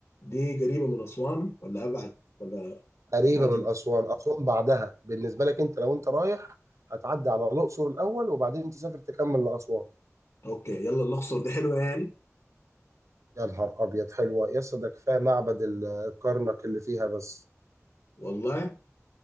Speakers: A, on the left (about 55°); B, on the right (about 70°).
A: دي قريبة من أسوان ولا أبعد ولا
B: قريبة
A: معجم
B: من أسوان أسوان بعدها بالنسبة لك أنت لو أنت رايح هتعدي على الأقصر الأول وبعدين تسافر تكمل لأسوان
A: أوكي يلا الأقصر دي حلوة يعني
B: يا نهار أبيض حلوة يا اسطى ده كفاية معبد ال- الكرنك اللي فيها بس
A: والله